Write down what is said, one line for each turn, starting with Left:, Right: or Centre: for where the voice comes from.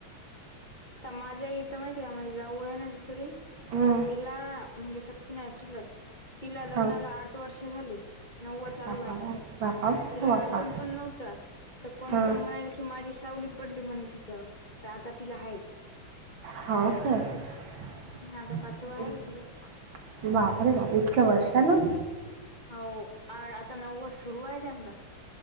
Left: तर माझ्या इथं माहिती आहे का, माझी जाऊ आहे ना दुसरी
Right: हम्म.
Left: तर तिला म्हणजे सक्की नाही, चुलत तिला लग्नाला
Right: हां
Left: आठ वर्ष झाली नववं चालू
Right: बापा
Left: आहे आता,
Right: बापा
Left: तिला
Right: बापा
Left: अजून पण नव्हतं तर कोण,
Right: हां
Left: कोण म्हणालं की, माझी सावली पडली म्हणे तिच्यावर तर आता तिला हाय
Right: हो का <unintelligible>
Left: हम्म आता पाचवा आहे तिला
Right: बाप रे, बाप इतक्या वर्षा न
Left: हो, आता नववं सुरू आहे त्यांणला,